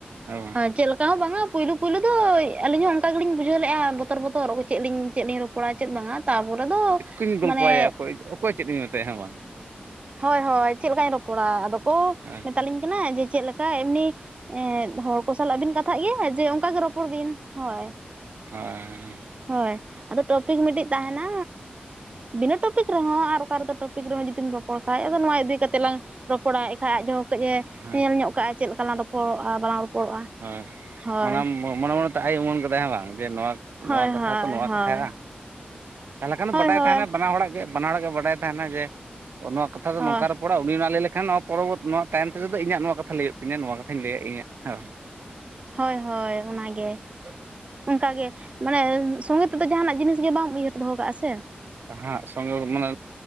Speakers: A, on the right; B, on the right.
A: ᱦᱮᱸ ᱵᱟᱝ
B: ᱪᱮᱫ ᱞᱮᱠᱟ ᱦᱚᱸ ᱵᱟᱝᱟ ᱯᱩᱭᱞᱩ ᱯᱩᱭᱞᱩ ᱫᱚ ᱟᱹᱞᱤᱧ ᱦᱚᱸ ᱚᱝᱠᱟ ᱜᱮᱞᱤᱧ ᱵᱩᱡᱷᱟᱹᱣ ᱞᱮᱫᱜᱼᱟ ᱵᱚᱛᱚᱨ ᱵᱚᱛᱚᱨ ᱚᱠᱚᱭ ᱪᱮᱫ ᱞᱤᱧ ᱪᱮᱫ ᱞᱤᱧ ᱨᱚᱯᱚᱲᱟ ᱪᱮᱫ ᱵᱟᱝᱟ ᱛᱟᱯᱚᱨᱮ ᱫᱚ
A: <unintelligible> ᱜᱚᱞᱯᱟᱭ
B: ᱢᱟᱱᱮ
A: ᱚᱠᱚᱭ ᱚᱠᱚᱭ ᱪᱮᱫ ᱤᱧ ᱢᱮᱛᱟᱭᱟ ᱦᱮᱸ ᱵᱟᱝ?
B: ᱦᱳᱭ ᱦᱳᱭ ᱪᱮᱫ ᱞᱮᱠᱟᱧ ᱨᱚᱯᱚᱲᱟ? ᱟᱫᱚ ᱠᱚ
A: ᱦᱮᱸ
B: ᱢᱮᱛᱟᱞᱤᱧ ᱠᱟᱱᱟ ᱡᱮ ᱪᱮᱫᱮ ᱞᱮᱠᱟ ᱮᱢᱱᱤ ᱮᱸᱜ ᱦᱚᱲ ᱠᱚ ᱥᱟᱞᱟᱜ ᱵᱤᱱ ᱠᱟᱛᱷᱟᱜ ᱜᱮᱭᱟ ᱡᱮ ᱚᱱᱠᱟᱜᱮ ᱨᱚᱯᱚᱲ ᱵᱤᱱ ᱦᱳᱭ᱾
A: ᱦᱳᱭᱻ
B: ᱦᱳᱭ ᱟᱫᱚ ᱴᱚᱯᱤᱠ ᱢᱤᱫᱴᱤᱡ ᱛᱟᱦᱮᱱᱟ ᱵᱤᱱᱟᱹ ᱴᱚᱯᱤᱠ ᱨᱮᱦᱚᱸ ᱟᱨ ᱚᱠᱟ ᱨᱮᱫᱚ ᱴᱚᱯᱤᱠ ᱨᱮᱦᱚᱸ ᱡᱩᱫᱤᱢ ᱨᱚᱯᱚᱲ ᱠᱷᱟᱡ ᱟᱫᱚ ᱱᱚᱣᱟ ᱤᱫᱤ ᱠᱟᱛᱮᱫ ᱞᱟᱝ ᱨᱚᱯᱚᱲᱟᱭ ᱠᱷᱟᱭ ᱟᱡᱦᱚᱸ ᱠᱟᱹᱭᱼ ᱮ
A: ᱦᱮᱸ
B: ᱟᱡᱚᱢ ᱧᱚᱜ ᱠᱟᱜᱼᱟ ᱪᱮᱫ ᱞᱮᱠᱟᱞᱟᱝ ᱨᱚᱯᱚᱲᱚᱜᱼᱟ ᱵᱟᱞᱟᱝ ᱨᱚᱯᱚᱲᱚᱜᱼᱟ᱾
A: ᱦᱳᱭ
B: ᱦᱳᱭ
A: ᱢᱟᱱᱮ ᱢᱚᱱᱮ ᱢᱚᱱᱮᱛᱮ ᱟᱭ ᱩᱢᱟᱹᱱ ᱠᱟᱫᱟᱭ ᱵᱟᱝ ᱡᱮ ᱱᱚᱣᱟ
B: ᱦᱳᱭ
A: ᱱᱚᱣᱟ ᱠᱟᱛᱷᱟ
B: ᱦᱳᱭ
A: ᱛᱚ ᱱᱚᱣᱟ
B: ᱦᱳᱭ
A: ᱠᱟᱛᱷᱼᱟ᱾ ᱛᱟᱦᱚᱞᱮ ᱠᱷᱟᱱ
B: ᱦᱳᱭ
A: ᱵᱟᱰᱟᱭ
B: ᱦᱳᱭ
A: ᱛᱟᱦᱮᱱᱟ ᱵᱟᱱᱟ ᱦᱚᱲᱟᱜ ᱜᱮ ᱵᱟᱱᱟ ᱦᱚᱲᱟᱜ ᱜᱮ ᱵᱟᱰᱟᱭ ᱛᱟᱦᱮᱱᱟ ᱡᱮ ᱱᱚᱣᱟ ᱠᱟᱛᱷᱟ ᱫᱚ
B: ᱦᱳᱭ
A: ᱱᱚᱝᱠᱟ ᱨᱮ ᱩᱱᱤ ᱚᱱᱟ ᱞᱟᱹᱭ ᱞᱮᱠᱷᱟᱱ ᱱᱚᱣᱟ ᱯᱚᱨᱚᱵᱚᱨ ᱱᱚᱣᱟ ᱛᱟᱭᱚᱢ ᱛᱮᱫᱚ ᱤᱧᱟᱹᱜ ᱱᱚᱣᱟ ᱠᱟᱛᱷᱟ ᱞᱟᱹᱭ ᱦᱩᱭᱩᱜ ᱛᱤᱧᱟᱹ ᱱᱚᱣᱟ ᱠᱟᱛᱷᱟᱧ ᱞᱟᱹᱭᱟ ᱤᱧᱟᱹᱜ ᱦᱮᱸᱵᱟᱝ᱾
B: ᱦᱳᱭ ᱦᱳᱭ ᱚᱱᱟ ᱜᱮ᱾ ᱚᱱᱠᱟ ᱜᱮ ᱢᱟᱱᱮ ᱥᱚᱸᱜᱮ ᱛᱮᱫᱚ ᱡᱟᱦᱟᱸᱱᱟᱜ ᱡᱤᱱᱤᱥ ᱜᱮ ᱵᱟᱢ ᱩᱭᱦᱟᱹᱨ ᱫᱚᱦᱚ ᱠᱟᱜᱼᱟ ᱥᱮ᱾
A: ᱦᱟᱸᱜ ᱥᱚᱝᱜᱮ ᱢᱟᱱᱮ